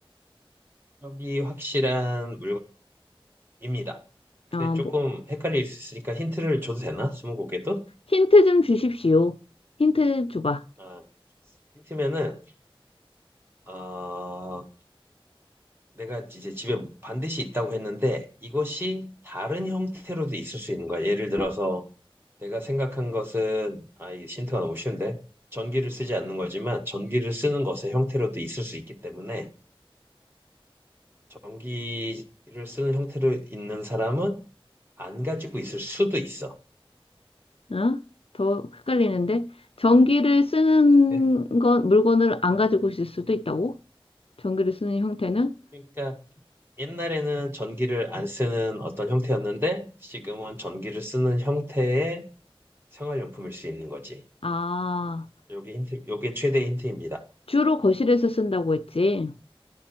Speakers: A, on the right (about 25°); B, on the left (about 80°).
A: 여기 확실한 물건입니다. 근데
B: 아,
A: 조금
B: 뭐
A: 헷갈릴 수 있으니까 힌트를 줘도 되나? 스무고개도?
B: 힌트 좀 주십시오. 힌트 줘봐.
A: 아, 힌트면은, 어, 내가 이제 집에 반드시 있다고 했는데, 이것이 다른 형태로도 있을 수 있는 거야. 예를 들어서, 내가 생각한 것은 아, 이 힌트가 너무 쉬운데 전기를 쓰지 않는 거지만 전기를 쓰는 것의 형태로도 있을 수 있기 때문에 전기를 쓰는 형태로 있는 사람은 안 가지고 있을 수도 있어.
B: 어? 더 헷갈리는데 전기를 쓰는
A: 예?
B: 건 물건을 안 가지고 있을 수도 있다고? 전기를 쓰는 형태는?
A: 그러니까 옛날에는 전기를 안 쓰는 어떤 형태였는데 지금은 전기를 쓰는 형태의 생활용품일 수 있는 거지.
B: 아,
A: 요게 힌트, 요게 최대의 힌트입니다.
B: 주로 거실에서 쓴다고 했지.